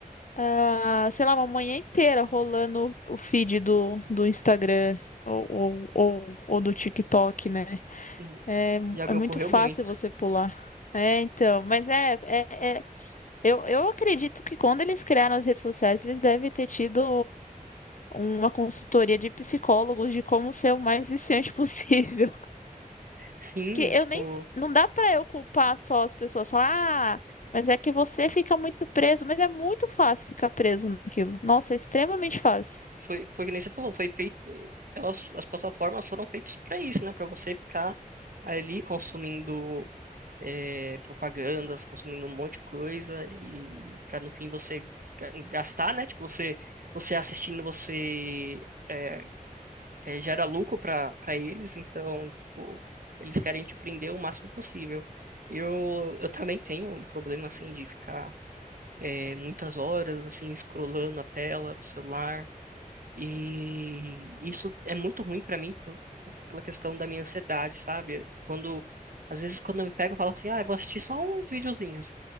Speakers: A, on the left; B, on the right.
A: ah, sei lá, uma manhã inteira rolando o feed do, do Instagram ou, ou, ou, ou do TikTok, né?
B: Hum,
A: É,
B: Já
A: é
B: me
A: muito
B: ocorreu
A: fácil
B: muito.
A: você pular. É, então, mas é, é, é- eu, eu acredito que quando eles criaram as redes sociais, eles devem ter tido uma consultoria de psicólogos de como ser o mais viciante <laughs> possível.
B: Sim,
A: que eu
B: tipo.
A: nem. Não dá pra eu culpar só as pessoas, falar, ah, mas é que você fica muito preso. Mas é muito fácil ficar preso naquilo. Nossa, é extremamente fácil.
B: foi, foi que nem você falou, foi feito. Elas, as plataformas foram feitas para isso, né? Para você ficar ali consumindo é, propagandas, consumindo um monte de coisa e para no fim você ga- gastar, né? Tipo, você, você assistindo, você é, é, gera lucro para para eles, então, tipo, eles querem te prender o máximo possível. Eu, eu também tenho um problema, assim, de ficar é, muitas horas, assim, scrollando a tela do celular. E isso é muito ruim pra mim por- pela questão da minha ansiedade, sabe? Quando, às vezes, quando eu me pego, eu falo assim, ah, eu vou assistir só uns videozinhos.